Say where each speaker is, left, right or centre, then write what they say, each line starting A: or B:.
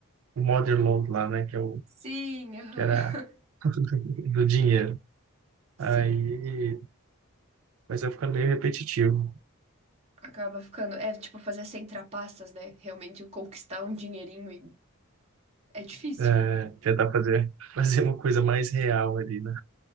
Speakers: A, on the right; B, on the right.
A: o mother load lá, né? Que, é o,
B: Sim, aham.
A: que era <laughs> do dinheiro.
B: Sim.
A: Aí, mas vai ficando meio repetitivo.
B: Acaba ficando. É tipo fazer sem trapaças, né? Realmente conquistar um dinheirinho e é difícil.
A: É, tentar fazer, <laughs> fazer uma coisa mais real ali, né?